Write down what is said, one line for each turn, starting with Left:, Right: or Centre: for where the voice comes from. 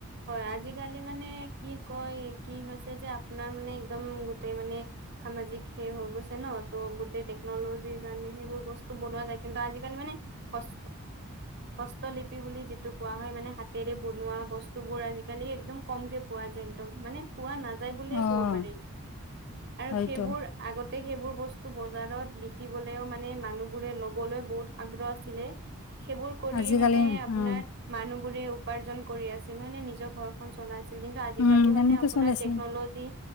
Right: হয় আজিকালি মানে কি কয় কি হৈছে যে আপোনাৰ মানে, একদম গোটেই মানে সামাজিক সেই হৈ গৈছে ন ত' গোটেই টেকনলজিৰ কাৰণে সেইবোৰ বস্তু, বনোৱা যায় কিন্তু আজিকালি মানে হস হস্তলিপি বুলি <unintelligible> পোৱা হয় মানে হাতেৰে বনোৱা বস্তু বোৰ আজিকালি একদম কমকে পোৱা যায় একদম মানে পোৱা নাযায়।
Left: অ',
Right: কব পাৰি আৰু
Left: হয়তো
Right: সেইবোৰ আগতেই- <unintelligible> সেইবোৰ বস্তু বজাৰত বিকিবলেও মানে মানুহবোৰে ল'বলৈ বহুত আগ্ৰহ আছিলে সেইবোৰ কৰি
Left: আজিকালি
Right: মানে আপোনাৰ
Left: উম,
Right: মানুহ বোৰে উপাৰ্জন কৰি আছিল হয় নে নিজৰ ঘৰখনন চলাইছিল। কিন্তু আজিকালি
Left: উম,
Right: মানে
Left: এনেকে
Right: আপোনাৰ
Left: চলি আছে
Right: তেকনলজী